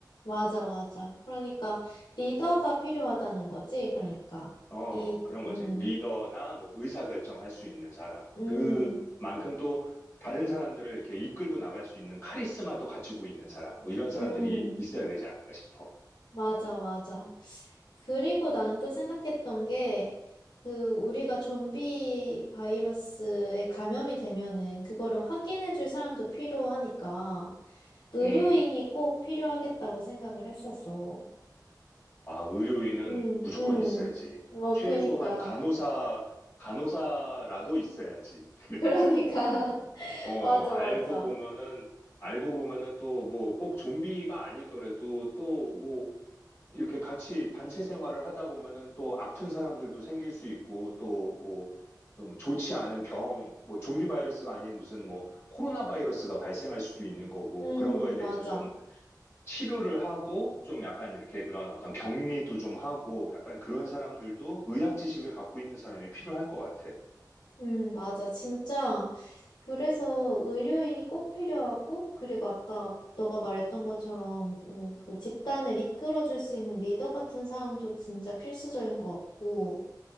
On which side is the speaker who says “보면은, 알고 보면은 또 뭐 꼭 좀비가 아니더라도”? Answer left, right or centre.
Left